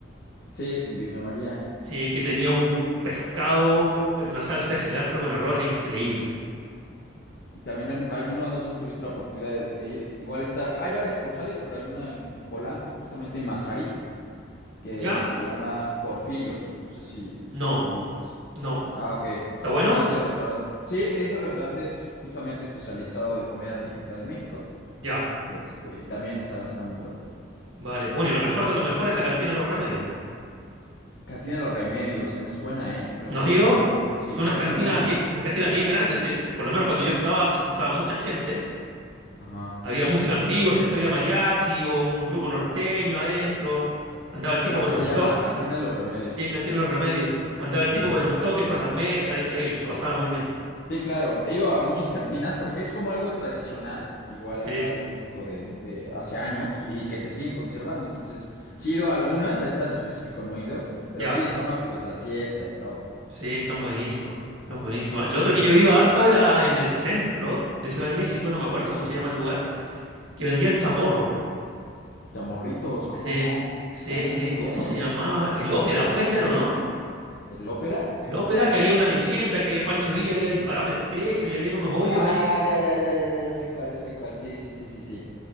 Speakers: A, on the left (about 55°); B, on the right (about 85°).
A: Sí, en Villa María.
B: Sí, que tenía un pescado en una salsa de cilantro con arroz, era increíble.
A: También en- hay uno, no sé si tuviste la oportunidad de, de ir. Igual está, hay varias sucursales, pero hay una en, en Polanco, justamente en Mazarik. que
B: ¿Ya?
A: se llama Porfirios. No sé si
B: No,
A: lo ubicas.
B: no.
A: Ah, ok.
B: ¿Está bueno?
A: Bueno, ese restaurante. Sí, ese restaurante es justamente especializado de comida típica de México.
B: Ya,
A: Y este, y también está, está muy bueno.
B: vale. Bueno, y lo mejor de lo mejor es la cantina de los remedios. po.
A: Cantina de los Remedios, me suena, ¿eh? Pero
B: Nos dio,
A: no, no sé si.
B: son unas
A: Creo
B: cantinas
A: que no.
B: bien, unas cantinas bien grandes, eh, por lo menos cuando yo estaba se juntaba mucha gente,
A: Ajá.
B: había música en vivo, siempre había mariachi o un grupo norteño adentro, andaba el tipo
A: Pero
B: con
A: así se
B: los
A: llama,
B: toques,
A: Cantina de los Remedios.
B: cantina de los remedios, andaba
A: Ok.
B: el tipo con los toques por las mesas, era increíble, se pasaba muy bien.
A: Sí, claro. He ido a muchas cantinas porque es como algo tradicional, igual
B: Sí,
A: acá de México de, de hace años y que se siguen conservando. Entonces, sí he ido a algunas, a esa en específico no he ido, pero
B: ya.
A: sí se pues la fiesta y todo.
B: Sí, están buenísimas, están buenísimas. Lo otro que yo iba harto era en el centro de Ciudad de México, no me acuerdo cómo se llama el lugar, que vendían chamorros.
A: Chamorritos, ¿cómo
B: Sí,
A: no?
B: sí,
A: También
B: sí.
A: son muy buenos.
B: ¿Cómo se llamaba? El Ópera, puede ser, ¿o no?
A: ¿El ópera?
B: El Ópera, que había una leyenda que Pancho Villa había disparado en el techo y habían unos hoyos
A: Ah,
B: ahí.
A: ya, ya, ya, ya, ya, ya sé cuál, ya sé cuál. Sí, sí, sí, sí, sí.